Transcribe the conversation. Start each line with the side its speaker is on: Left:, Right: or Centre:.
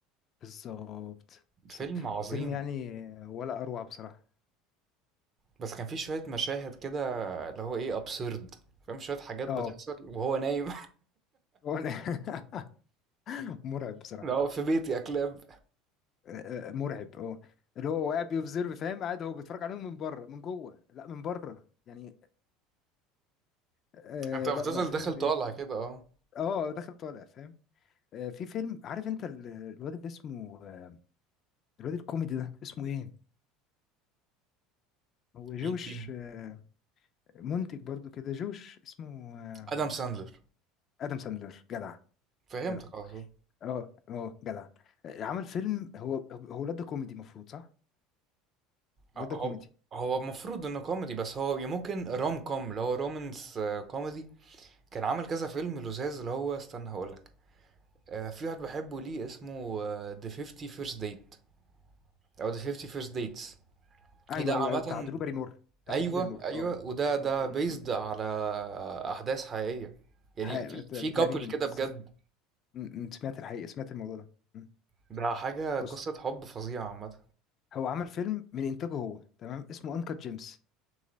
Left: بالظبط بالظبط
Right: فيلم عظيم
Left: فيلم يعني آه، ولا اروع بصراحه
Right: بس كان فيه شوية مشاهد كده اللي هو ايه ابسورد فاهم شوية حاجات بتحصل
Left: اه
Right: وهو نايم
Left: هو- <laughs> مرعب
Right: <laughs>
Left: بصراحه
Right: اللي هو في بيتي يا كلاب
Left: آه، آه، مرعب اه اللي هو قاعد بيوبزرف فاهم قاعد هو بيتفرج عليهم من بره من جوه لا من بره يعني آه
Right: انت
Left: آه،
Right: بتفضل
Left: لا لا فيلم
Right: داخل طالع كده اه
Left: اه داخل طالع فاهم آه، في فيلم عارف انت ال- الواد اللي اسمه آه، الواد الكوميدي ده اسمه ايه هو جوش
Right: مين فيهم
Left: آه، منتج برضو كده جوش اسمه آه،
Right: ادم ساندلر
Left: ادم ساندلر جدع
Right: فهمتك
Left: جدع
Right: على طول
Left: اه اه جدع آه، عمل فيلم هو هو الواد ده كوميدي المفروض صح الواد
Right: اه،
Left: ده كوميدي
Right: هو هو المفروض انه كوميدي بس هو ممكن روم كوم اللي هو رومانس آه، كوميدي كان عمل كذا فيلم لزاز اللي هو استنى هقولك آه، في واحد بحبه ليه اسمه ذا 50 فيرست ديت او ذا 50 فيرست ديتس
Left: ايوه
Right: ده
Left: ايوه
Right: عامة
Left: ايوه بتاع درو باريمور بتاع
Right: ايوه
Left: درو باريمور
Right: ايوه
Left: اه
Right: وده ده
Left: م-
Right: بيزد
Left: م- م.
Right: على احداث حقيقية يعني
Left: ح-
Right: في في كابل
Left: تقريبا
Right: كده
Left: سم-
Right: بجد
Left: م- م. سمعت الحقيقة سمعت الموضوع ده م.
Right: ده حاجة قصة
Left: بص
Right: حب فظيعة عامة
Left: هو عمل فيلم من انتاجه هو تمام اسمه انكت جيمس